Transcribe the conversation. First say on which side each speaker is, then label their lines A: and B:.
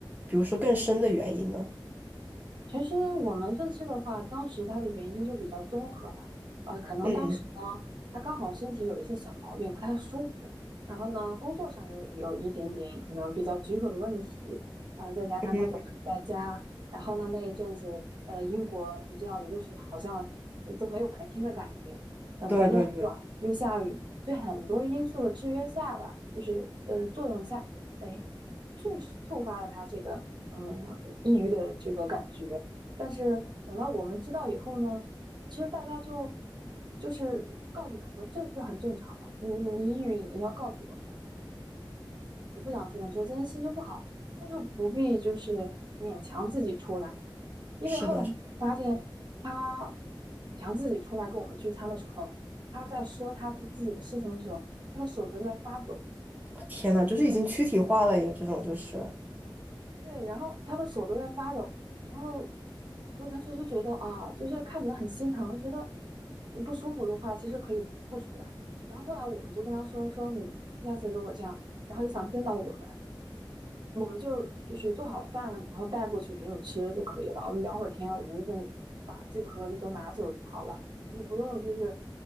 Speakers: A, on the right (about 20°); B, on the right (about 60°).
A: 比如说更深的原因呢？
B: 其实我们分析的话，当时他的原因就比较综合了，呃，可能当时呢，
A: 嗯
B: 他刚好身体有一些小毛病，不太舒服，然后呢，工作上有有一点点可能比较棘手的问题，呃，再加上他总是在家，
A: 嗯，
B: 然后呢，那一阵子，呃，英国你知道的，又是好像都没有白天的感觉，嗯、
A: 对对对，
B: 白天很短，又下雨，所以很多因素的制约下吧，就是呃作用下，哎，促使触发了他这个。嗯，抑郁的这个感觉。但是等到我们知道以后呢，其实大家就就是告诉他说，这这很正常吧？你你抑郁，你要告诉我的，你不想出来，你说今天心情不好，那就不必就是勉强自己出来，因为后来发现他
A: 是的，
B: 勉强自己出来跟我们聚餐的时候，他在说他自自己的事情的时候，他的手都在发抖。
A: 哦天呐，就是已经躯体化了耶，这种就是
B: 对，然后他的手都在发抖，然后我当时就觉得啊，就是看起来很心疼，觉得你不舒服的话，其实可以不出来。然后后来我们就跟他说说你下次如果这样，然后也想见到我们，我们就就是做好饭，然后带过去给你吃就可以了。我们聊会儿天，我们就把这个盒子都拿走就好了，你不用就是